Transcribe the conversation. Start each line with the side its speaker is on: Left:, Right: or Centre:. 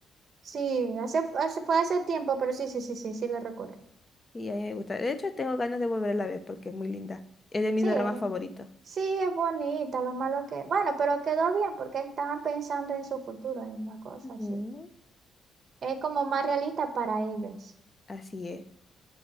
Right: Sí, hace, hace- fue hace tiempo, pero sí, sí, sí, sí, sí la recuerdo.
Left: Y a mí me gusta. De hecho, tengo ganas de volverla a ver porque es muy linda. Es de mis
Right: Sí,
Left: dramas favoritos.
Right: sí, es bonita, lo malo que... Bueno, pero quedó bien porque estaban pensando en su futuro, en una cosa
Left: Ujú,
Right: así. Es como más realista para ellos.
Left: Así es.